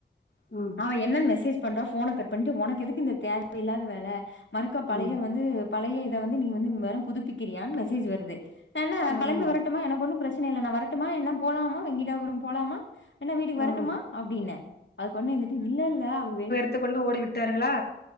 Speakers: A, on the left; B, on the left.
A: ம்
B: அவ என்னன் மெசேஜ் பண்றா ஃபோன கட் பண்ட்டு உனக்கு எதுக்கு இந்த தேவயில்லாத வேல மறுக்கா பழய
A: ம்
B: வந்து பழைய இத வந்து நீ வந்து மறம் புதுப்பிக்கிறியான் மெசேஜு வருது வேண்ணா
A: ம்
B: களம்பி வரட்டுமா எனக்கு ஒன்னும் ப்ரெச்சன ன இல்ல நா வரட்டுமா என்ன போலாமா வெங்கடாபுரம் போலாமா என்ன வீட்டுக்கு வரட்டுமா
A: ம்
B: அப்டின அதுக்கு ஒட்னே வந்துட்டு இல்ல இல்ல அவ வெ
A: த்துக்கொண்டு ஓடிவிட்டார்களா